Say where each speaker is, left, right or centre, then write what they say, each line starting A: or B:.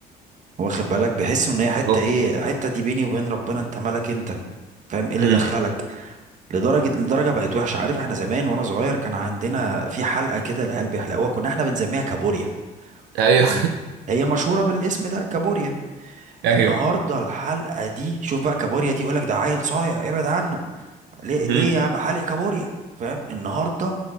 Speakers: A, on the right; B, on the right.
A: واخد بالك بيحسوا ان هي حته
B: بالظبط
A: ايه حته دي بيني وبين ربنا انت مالك انت فاهم ايه اللي
B: امم
A: دخلك لدرجة لدرجة بقت وحشة عارف احنا زمان وانا صغير كان عندنا في حلقة كده العيال بيحلقوها كنا احنا بنسميها كابوريا
B: ايوه
A: يعني هي مشهورة بالاسم ده كابوريا
B: <laughs> ايوه
A: النهاردة الحلقة دي شوف بقى كابوريا دي يقولك ده عيل صايع ابعد عنه ليه ليه
B: امم
A: يا بقى حالق كابوريا فاهم النهاردة